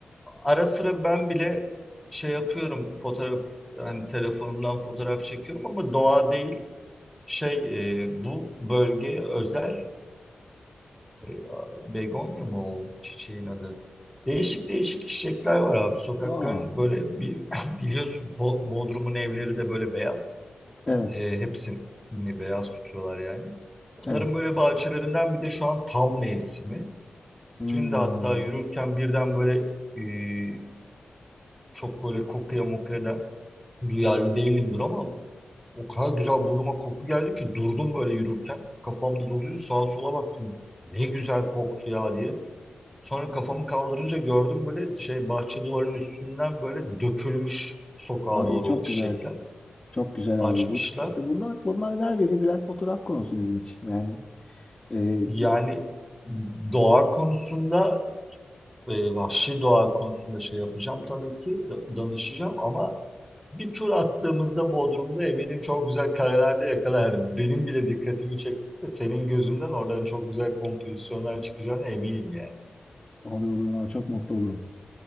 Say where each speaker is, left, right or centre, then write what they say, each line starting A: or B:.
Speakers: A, in the centre; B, on the left (about 15°).
A: ara sıra ben bile şey yapıyorum fotoğraf hani telefonumdan fotoğraf çekiyorum ama doğa değil. Şey e, bu bölgeye özel e, begonya mı o çiçeğin adı? Değişik değişik çiçekler var abi. Sokakların
B: Aa,
A: böyle bir <laughs> biliyorsun Bo- Bodrum'un evleri de böyle beyaz.
B: evet.
A: E, hepsini beyaz tutuyorlar yani. Onların
B: Evet.
A: böyle bahçelerinden bir de şu an tam mevsimi.
B: Hmm.
A: Dün de hatta yürürken birden böyle e, çok böyle kokuya mokuya da duyarlı değilimdir ama o kadar güzel burnuma koku geldi ki durdum böyle yürürken. Kafamda doluydu sağa sola baktım. Ne güzel koktu ya diye. Sonra kafamı kaldırınca gördüm böyle şey bahçe duvarının üstünden böyle dökülmüş sokağa
B: Ay
A: doğru
B: çok
A: o çiçekler.
B: güzel. Çok güzel
A: Açmışlar.
B: abi bu. İşte bunlar bunlar her biri birer fotoğraf konusu bizim için. Yani e,
A: Yani doğa konusunda, e, vahşi doğa konusunda şey yapacağım tabii ki, da- danışacağım ama bir tur attığımızda Bodrum'da eminim çok güzel karelerde yakalarım. Benim bile dikkatimi çektiyse senin gözünden oradan çok güzel kompozisyonlar çıkacağına eminim yani.
B: Olur olur valla çok mutlu olurum.